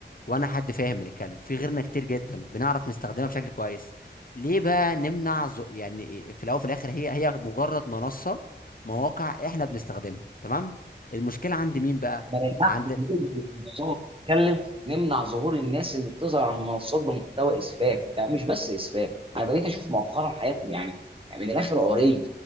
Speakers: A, on the left; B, on the right.
A: وانا حد فاهم بنتكلم في غيرنا كتير جدا بنعرف نستخدمها بشكل كويس ليه بقى نمنع ز... يعني في الاول وفي الاخر هي هي مجرد منصه مواقع احنا بنستخدمها تمام المشكله عند مين بقى
B: ما نمنعش
A: عند
B: ظهور المنصات بتتكلم نمنع ظهور الناس اللي بتظهر على المنصات بمحتوى اسفاف ده مش بس اسفاف انا بقيت اشوف مؤخرا حياتي يعني يعني من الاخر عري